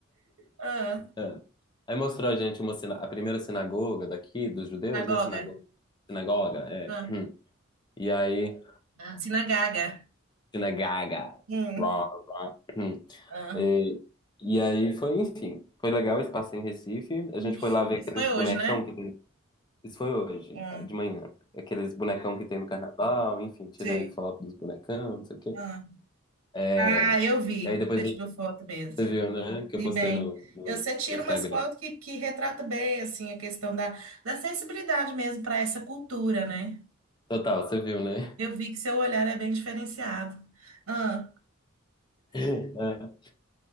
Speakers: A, on the right; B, on the left.
A: Ah,
B: É. Aí mostrou a gente uma sina- a primeira sinagoga daqui, dos judeus,
A: Sinagoga.
B: né? Sinagoga. Sinagoga, é.
A: Ah.
B: <clears throat> E aí,
A: Ah, Sinagaga.
B: sinagoga.
A: hum,
B: Rá, rá. <clears throat>
A: Ah.
B: E, e aí foi, enfim, foi legal esse passeio em Recife. A
A: Luxo.
B: gente foi lá ver
A: Isso
B: aqueles
A: foi hoje,
B: bonecão
A: né?
B: que tem. Isso foi hoje,
A: hum,
B: de manhã. Aqueles bonecão que tem no carnaval, enfim, tirei
A: sei.
B: foto dos bonecão, não sei o quê.
A: Ah,
B: É.
A: Ah, eu vi.
B: E aí depois
A: Você
B: Você
A: tirou foto mesmo.
B: viu, né? Que
A: E
B: eu postei
A: bem,
B: no, no,
A: eu- você tira
B: no Instagram.
A: umas fotos que, que retrata bem assim a questão da, Da sensibilidade mesmo para essa cultura, né?
B: Total, você viu, né?
A: Eu
B: <laughs>
A: vi que seu olhar é bem diferenciado. Ah,
B: É.